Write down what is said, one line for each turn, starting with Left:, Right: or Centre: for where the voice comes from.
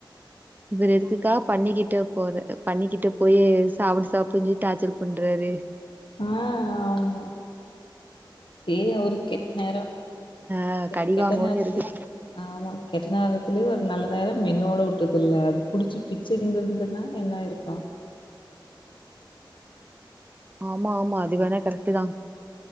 Right: இவர் எதுக்குக்காக பன்னிக்கிட்ட போறார் பன்னிக்கிட்ட போய் சாப்புடு சாப்புடுஞ் சொல்லி டார்ச்சர் பண்றாரு
Left: ஆ ஆமா சேரி அவருக் கெட்ட நேரோ
Right: ஆ
Left: சேரி
Right: கடி
Left: கெட்ட
Right: வாங்கோன்னு
Left: நேரத்துலயு
Right: இருக்கு
Left: ஆமா கெட்ட நேரத்துலயு ஒரு நல்ல நேரோ மென்னோட உட்டதுல்ல அது புடுச்சு பிச்சுருந்துருந்துன்னா என்ன ஆயிருக்கு
Right: ஆமா ஆமா அது வேணா கரெக்டு தா